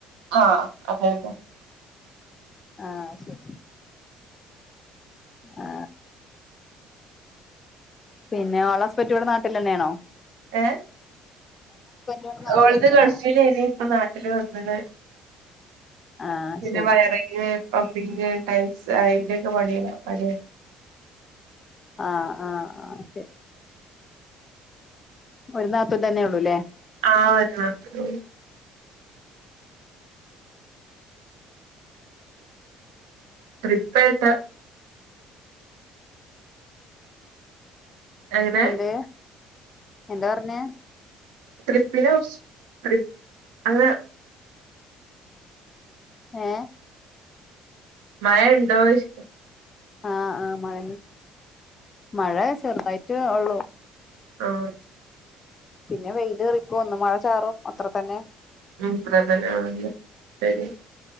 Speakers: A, on the right (about 70°); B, on the left (about 35°).
A: ആഹ അതെ അതെ
B: ആ ശരി ആ പിന്നെ ഓളാസ്പറ്റിയടെ നാട്ടിലെന്നെണോ
A: ഏ
B: ഇവിടെ നാട്ടിലെന്നെയാണോ
A: ഓളത്തെ ഗഴഫീൽനി ഇപ്പ നാട്ടില് വന്ന അത്
B: ആഹ്
A: പിന്നെ
B: ശരി
A: വയറിങ് പമ്പിങ് ടൈൽസ് അതിന്റെൊക്കെ പണിയ പണിയ
B: ആ ആ ആ ശരി ഒരു നാത്തം തന്നെ ഉള്ളൂ അല്ലേ
A: ആത <unintelligible> തൃപ്പേട്ട എങ്ങനെ
B: എന്ത് എന്താ പറഞ്ഞെ
A: <unintelligible> അങ്ങെ
B: ഏ
A: മഴണ്ടോ ഇഷ്
B: ആ ആ മഴ മഴ ചെറുതായിട്ട് ഉള്ളു
A: ആ
B: പിന്നെ വെയില് കറിക്കും ഒന്ന്മഴ ചാറും അത്ര തന്നെ
A: <unintelligible> ശരി